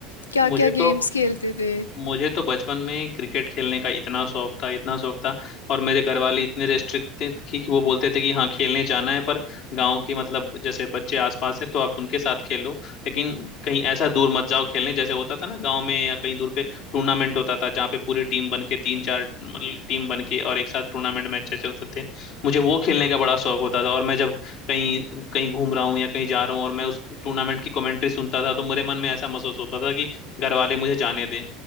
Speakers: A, on the left (about 80°); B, on the left (about 55°).
A: क्या
B: मुझे
A: क्या
B: तो
A: गेम्स खेलते थे
B: मुझे तो बचपन में क्रिकेट खेलने का इतना शौक था इतना शौक था और मेरे घर वाले इतने रेस्ट्रिक्ट थे कि कि वो बोलते थे कि हाँ खेलने जाना है पर गांव की मतलब जैसे बच्चे आसपास है तो आप उनके साथ खेलो लेकिन कहीं ऐसा दूर मत जाओ खेलने जैसे होता था ना गांव में या कहीं दूर पे टूर्नामेंट होता था जहाँ पे पूरी टीम बन के तीन चार मतलब टीम बन के और एक साथ टूर्नामेंट में अच्छे चलते थे मुझे वो खेलने का बड़ा शौक होता था और मैं जब कहीं कहीं घूम रहा हूँ या कहीं जा रहा हूँ और मैं उस टूर्नामेंट की कमेंट्री सुनता था तो मेरे मन में ऐसा महसूस होता था कि घर वाले मुझे जाने दें